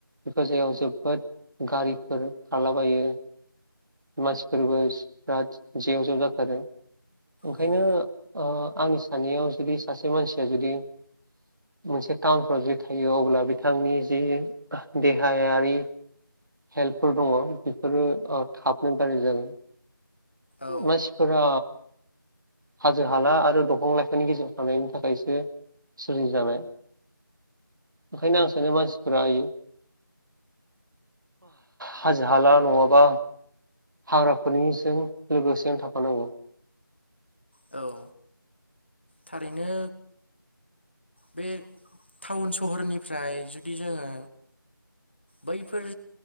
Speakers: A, on the right; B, on the left.
A: बेफोर जायगायाव जोबोद गारिफोर खारलाबायो मानसिफोरबो बिराद जेव जेव जाथारो ओंखायनो
B: उम
A: आंनि सानैाव जुदि सासे मानसिया जुदि मोनसे टाउनफ्राव जे थायो अब्ला बिथांनि जे देहायारि हेल्पफोर दङ बेफोरो थाबनो गाज्रि जागोन
B: औ
A: मानसिफोरा हाजो हाला आरो दंफां लाइफानि गेजेराव थानायांनायनि थाखायसो सलिजानाय ओंखायनो आं सानो मानसिफोरा आयो हाज हाल न आाबा हाग्राफोरनिजों लोगोसे आनो थाफानांगौ
B: औ थारैनो बे टाउन सहरनिफ्राय जुदि जोङो बैफोर